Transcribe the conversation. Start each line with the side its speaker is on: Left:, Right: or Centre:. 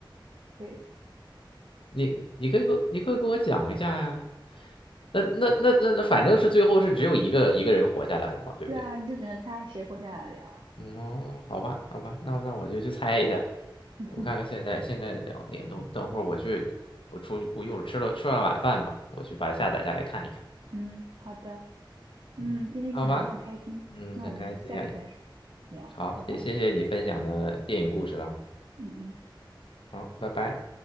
Right: <laughs> 对，
Left: 你你可以给我你可以给我讲一下呀，那那那那那反正是最后是只有一个一个人活下来了嘛，对不对？
Right: 对啊，你就只能猜谁活下来了呀。
Left: 嗯哦，好吧，好吧，那那我就去猜一下。
Right: <laughs>
Left: 我看看现在现在两点多，等会儿我去，我出去，我一会儿吃了吃了晚饭吧，我去把它下载下来看一看。
Right: 嗯，好的。嗯，
Left: 嗯，
Right: 今天跟你聊天很开心，
Left: 好吧，嗯，
Right: 那我们下次再
Left: 很开心呀。
Right: 聊，
Left: 好，
Right: 拜拜。
Left: 谢谢谢你分享的电影故事啦。
Right: 嗯嗯。
Left: 好，拜拜。